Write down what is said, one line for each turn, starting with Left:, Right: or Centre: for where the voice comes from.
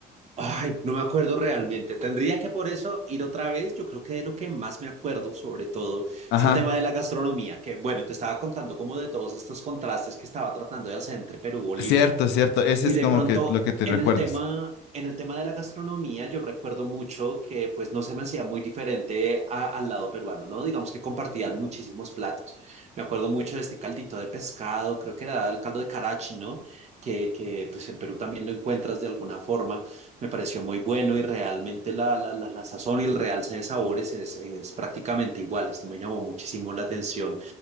Right: Ay, no me acuerdo realmente. Tendría que por eso ir otra vez. Yo creo que de lo que más me acuerdo, sobre todo,
Left: Ajá,
Right: es el tema de la gastronomía, que bueno, te estaba contando como de todos estos contrastes que estaba tratando de hacer entre Perú y Bolivia.
Left: cierto, cierto. Ese
Right: Y
Left: es
Right: de
Left: como
Right: pronto,
Left: que lo que te
Right: en
Left: recuerdas.
Right: el tema, en el tema de la gastronomía, yo recuerdo mucho que pues no se me hacía muy diferente a- al lado peruano, ¿no? Digamos que compartían muchísimos platos. Me acuerdo mucho de este caldito de pescado, creo que era el caldo de carachi, ¿no? Que, que pues en Perú también lo encuentras de alguna forma. Me pareció muy bueno y realmente la, la, la, la sazón y el realce de sabores es, es prácticamente igual. Esto me llamó muchísimo la atención.